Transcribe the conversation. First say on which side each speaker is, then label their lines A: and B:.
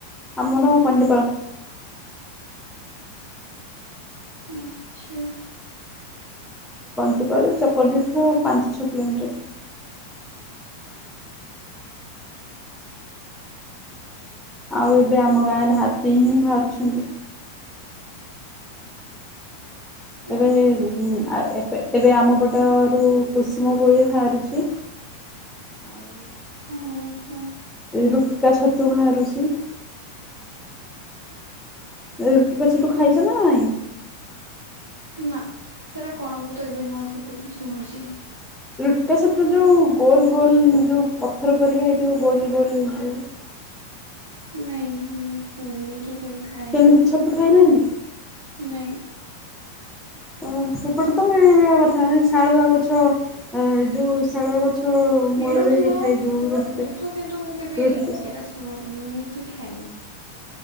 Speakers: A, in the centre; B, on the right (about 75°).
A: ଆମର କଣ୍ଡିପାଳ
B: ଆଛା
A: କଣ୍ଟିପାଳ ଚକ୍ରତୀର୍ଥ ପାଞ୍ଚ ଛଅ କିଲୋମିଟର ଆଉ ଏବେ ଆମ ଗାଁରେ ହାତୀ ହିଁ ବାହାରୁଛନ୍ତି
B: ଆଚ୍ଛା
A: ଏବେ ଆ ଏ ଏବେ ଆମ ପଟରୁ କୁସୁମ କୁଳି ବାହାରୁଛି ଆଉ
B: ଓହୋ
A: ଏଇ ରୁଟକା ଛତୁ ବାହାରୁଛି <unintelligible> ରୁଟୁକା ଛୁତୁ ଖାଇଛ ନା ନାଇଁ
B: ନା ସେଟା କଣ? ମୁଁ ତ ଏବେ ନୂଆ ସୁ-ଶୁଣୁଛି।
A: ରୁଟ୍କା ଛତୁ ଯୋଉ ଗୋଲ୍, ଗୋଲ୍ ଯୋଉ ପଥର ପରିକା ହେଇଥିବ। ଗୋଲ୍ ଗୋଲ୍ ଯୋଉ
B: ନାଇଁ ମୁଁ ଶୁଣିନି କି କେବେ ଖାଇନି।
A: ସେମିତି ଛତୁ ଖାଇନାହାନ୍ତି?
B: ନାଇଁ।
A: ଓ ସେପଟେ ତ ମିଳିଯିବା କଥା। ଶାଳୁଆ ଗଛ ଯୋଉ ଶାଳୁଆ ଗଛ। ମୂଳରେ
B: ମିଳୁଥିବ।
A: ହେଇଥାଏ ଯୋଉ ରୁଟକା
B: ମିଳୁଥିବ କିନ୍ତୁ ମୁଁ କେବେ
A: ରୁଟ
B: ଏଇଟା ଶୁଣିନି। କି ଖାଇନି।